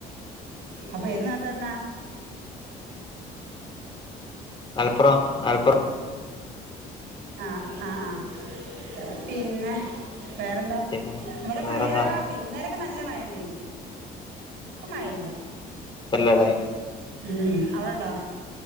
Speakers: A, on the right; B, on the left.
A: അപ്പൊ ഏത് നാട്ടന്നാ
B: മലപ്പുറം ആലപ്പുറം
A: ആഹ ആഹ് ആഹ പിന്നെ വേറെന്താ
B: പിന്നെ
A: ഇവിടെ
B: വേറെന്താ
A: മഴ വൈകുന്നേരൊക്കെ നല്ല മഴ ഉണ്ട ഇനി ഒപ്പ ആല്ല
B: പല്ലല്ലേ
A: ഉം അവിടെണ്ടോ